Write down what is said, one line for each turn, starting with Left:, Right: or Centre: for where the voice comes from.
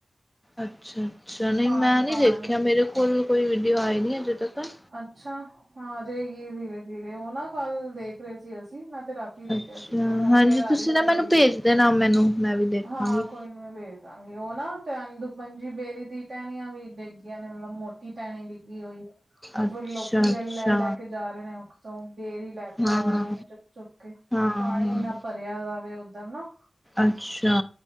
Centre: ਅਛਾ-ਅਛਾ ਨੀ
Right: ਪਾਣੀ
Centre: ਮੈ ਨੀ
Right: ਪਾਣੀ
Centre: ਦੇਖਿਆ ਮੇਰੇ ਕੋਲ ਕੋਈ ਵੀਡੀਓ ਆਏ ਨੀ ਅਜੇ ਤੱਕਨ-
Right: ਅਛਾ, ਹ ਰੇਹਗੀ ਧੀਰੇ ਧੀਰੇ ਉਹ ਨਾ ਕਲ ਦੇਖ ਰਹੇ ਸੀ ਅਸੀ ਮੈ ਤੇ ਰਾਤੀ- ਦੇਖਿਆ
Centre: ਅੱਛਾ
Right: ਸੀ ਤੇ ਹੋਨ
Centre: ਹਾਂਜੀ
Right: ਫੇਰ
Centre: ਤੁਸੀਂ
Right: ਆ ਰੀ
Centre: ਨਾ
Right: ਸੀ
Centre: ਮੈਨੂੰ
Right: ਉਹੀ,
Centre: ਭੇਜ ਦੇਣਾ ਮੈਨੂੰ ਮੈਂ ਵੀ ਦੇਖਾਂਗੀ।
Right: ਹਾਂ ਕੋਈ ਨੀ ਮੈ ਭੇਜ ਦਾਂਗੀ, ਉਹ ਨਾ ਟੇਹਨੀ ਦੁਖਭਜੀ ਬੇਰੀ ਦੀ ਟਹਿਨੀਆਂ ਵੀ ਡੇਗ ਗੀਆਂ ਨੇ ਮਤਲਬ ਮੋਟੀ ਟੈਨੀ ਡਿੱਗੀ ਹੋਈ ਏ ਉਹ
Centre: ਅੱਛਾ
Right: ਫਿਰ ਲੋਕੀ ਲ
Centre: ਅੱਛਾ
Right: ਲੈ ਲੈ ਕੇ ਜਾ ਰੇ ਨੇ ਉਖ ਤੋ ਬੇਰੀ ਲੈ ਕੇ
Centre: ਹਾਂ
Right: ਜਾ
Centre: ਹਾਂ
Right: ਰਹੇ ਨੇ ਚੁੱਕ- ਚੁੱਕ ਕੇ
Centre: ਹਾਂ।
Right: ਪਾਣੀ ਇਨਾ ਭ ਪੇਆ ਦਾ ਵੇ ਉਧਰ ਨਾ-
Centre: ਅਛਾ,